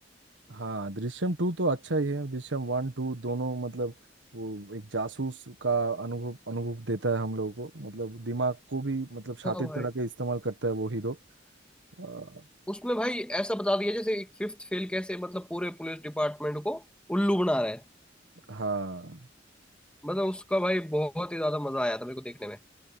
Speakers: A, on the right; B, in the centre.
A: हाँ दृश्यम टू तो अच्छा ही है दृश्यम वन टू दोनों मतलब वो एक जासूस का अनुभव अनुभव देता है हम लोगों को मतलब दिमाग को भी मतलब शातिर
B: हाँ भाई
A: तरह के इस्तेमाल करता है वो हीरो अ,
B: उसमें भाई ऐसा बता दिया जैसे एक फिफ्थ फेल कैसे मतलब पूरे पुलिस डिपार्टमेंट को उल्लू बना रहा है
A: हाँ
B: मतलब उसका भाई बहुत ही ज्यादा मजा आया था मेरे को देखने में